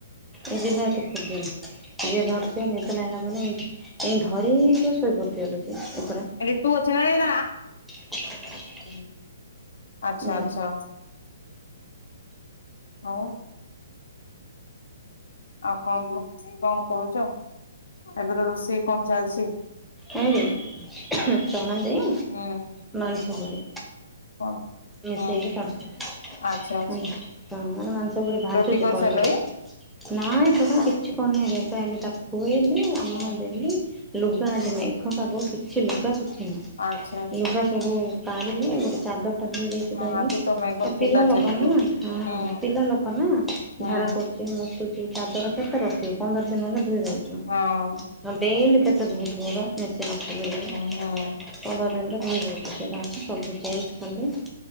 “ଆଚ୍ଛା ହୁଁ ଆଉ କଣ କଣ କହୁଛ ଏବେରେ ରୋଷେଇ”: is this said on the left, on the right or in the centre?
Left